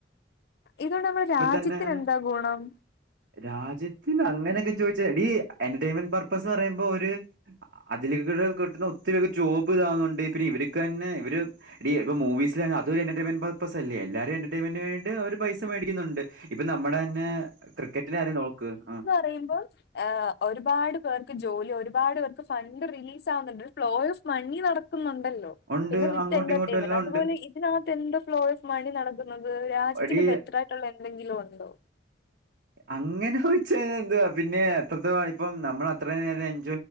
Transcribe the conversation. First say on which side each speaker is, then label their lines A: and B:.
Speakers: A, on the left; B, on the right.
A: ഇതോണ്ട് നമ്മുടെ രാജ്യത്തിന്
B: തന്നെ
A: എന്താ ഗുണം?
B: രാജ്യത്തിന് അങ്ങനെക്കെ ചോദിച്ചാ, എടി എന്റെയ്മെൻ പർപ്പസ്സ്ന്ന് പറയുമ്പോ ഒര്, അതിലിക്കുട കിട്ടുന്ന ഒത്തിരി ജോബ് ഇതാവുന്നുണ്ട്. പിന്നെ ഇവര്ക്ക് തന്നെ ഇവര്, ടി ഇപ്പൊ മൂവീസിലന്നെ, അതൊര് എന്റർടൈമെന്റ് പർപ്പസ്സല്ലേ. എല്ലാരും എന്റർടൈമെന്റിന് വേണ്ടിട്ട് അവര് പൈസ മേടിക്കുന്നുണ്ട്. ഇപ്പൊ നമ്മടെ തന്നെ ക്രിക്കറ്റിന്റെ കാര്യം നോക്ക്, ആഹ്
A: ചെയ്യുമ്പോൾ, ഏഹ് ഒരുപാട് പേർക്ക് ജോലി ഒരുപാട് പേർക്ക് ഫണ്ട് റിലീസ് ആവുന്നുണ്ട്. ഒരു ഫ്ലോ ഓഫ് മണി നടക് ക്കുന്നുണ്ടല്ലോ.
B: ഉണ്ട്
A: പിന്നെ വിത്ത്
B: അങ്ങോട്ടും
A: എന്റർടൈമെന്റ്
B: ഇങ്ങോട്ടും എല്ലാം
A: അതുപോലെ
B: ഉണ്ട്
A: ഇ തിനകത്ത് എന്ത്‌ ഫ്ലോ ഓഫ് മണി നടക്കുന്നത്. രാജ്യത്തിന്
B: എടീ
A: ബെറ്റർ ആയിട്ടുള്ള എന്തെങ്കിലും ഉണ്ടോ?
B: അങ്ങനെ ചോയ്ച്ച ഇത് എന്ത്‌വാ. പിന്നെ എത്രത്തോളാ ഇപ്പം നമ്മൾ അത്ര നേരം എൻ